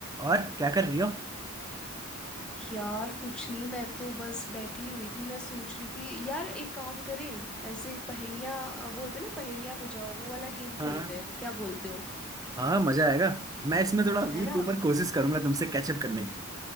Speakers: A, on the right; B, in the centre.
A: और क्या कर रही हो
B: यार कुछ नहीं मैं तो बस बैठी हुई थी मैं सोच रही थी यार एक काम करें ऐसे पहेलियां वो होते हैं ना पहेलियां बुझाओ वो वाला गेम खेलते
A: हाँ
B: हैं क्या बोलते हो
A: हाँ मजा आएगा मैं इसमें थोड़ा वीक
B: है ना
A: ऊपर कोशिश करूंगा तुमसे कैचअप करने की